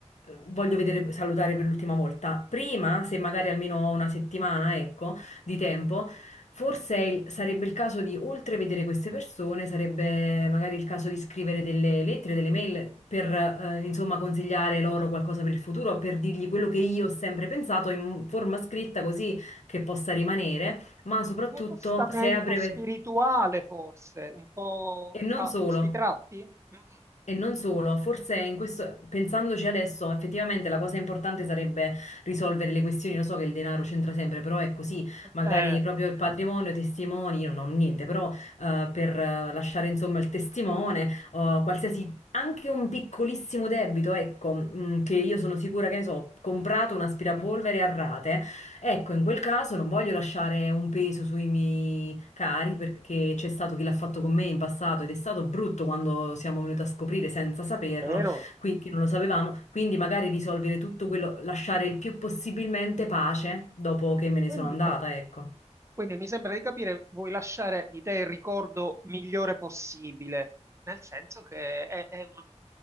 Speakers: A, on the left; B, on the right.
A: Voglio vedere, salutare per l'ultima volta. Prima, se magari almeno ho una settimana, ecco, di tempo, forse è il- sarebbe il caso di, oltre vedere queste persone, sarebbe magari il caso di scrivere delle lettere, delle mail per, eh, insomma, consigliare loro qualcosa per il futuro, per dirgli quello che io ho sempre pensato in forma scritta così che possa rimanere, ma soprattutto
B: un tuo testamento
A: se è a breve...
B: spirituale forse, un po'
A: E non
B: a
A: solo.
B: questi tratti? Mm.
A: E non solo, forse in questo, pensandoci adesso, effettivamente la cosa importante sarebbe risolvere le questioni. Lo so che il denaro c'entra sempre, però è così. Magari
B: Eh,
A: proprio il patrimonio, i testimoni, io non ho niente, però eh, per eh, lasciare insomma il testimone, o qualsiasi, anche un piccolissimo debito, ecco, mh, che io sono sicura che ne so, ho comprato un aspirapolvere a rate Ecco, in quel caso non voglio lasciare un peso sui miei cari perché c'è stato chi l'ha fatto con me in passato ed è stato brutto quando siamo venuti a scoprire senza saperlo,
B: vero.
A: qui che non lo sapevamo, quindi magari risolvere tutto quello, lasciare il più possibilmente pace dopo che me ne
B: Quindi
A: sono andata,
B: ecco,
A: ecco.
B: Quindi mi sembra di capire, vuoi lasciare di te il ricordo migliore possibile, nel senso che è, è un